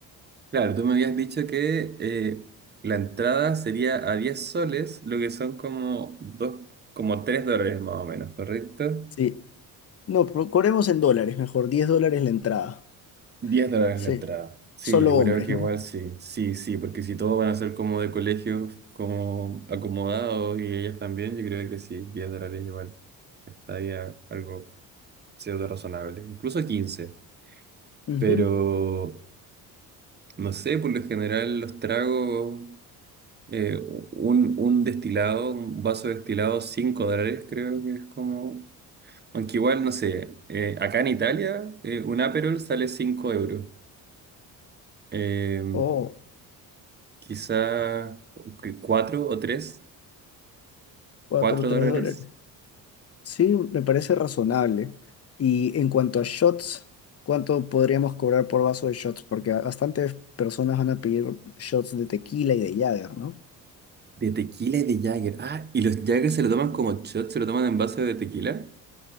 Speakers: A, on the right (about 25°); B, on the left (about 35°).
A: Claro, tú me habías dicho que eh, la entrada sería a 10 soles, lo que son como dos, como 3 dólares más o menos, ¿correcto?
B: Sí, No, pero cobremos en dólares, mejor, 10 dólares la entrada.
A: Diez dólares
B: Sí,
A: la entrada. Sí,
B: solo
A: yo
B: hombres,
A: creo que
B: ¿no?
A: igual sí, sí, sí, porque si todos van a ser como de colegios, como acomodados y ellas también, yo creo que sí, 10 dólares igual estaría algo pseudo razonable, incluso 15,
B: Ujú.
A: pero no sé, por lo general los tragos. eh, un, un destilado, un vaso de destilado, 5 dólares, creo que es como. Aunque igual, no sé, eh, acá en Italia, eh, un Aperol sale 5 euros. Eh,
B: Oh,
A: quizá 4 o tres
B: 4
A: cuatro
B: o 3
A: dólares.
B: dólares. Sí, me parece razonable. Y en cuanto a shots, ¿cuánto podríamos cobrar por vaso de shots? Porque ba- bastantes personas van a pedir shots de tequila y de Jagger, ¿no?
A: De tequila y de Jagger. Ah, y los Jagger se lo toman como shot, se lo toman en vaso de tequila.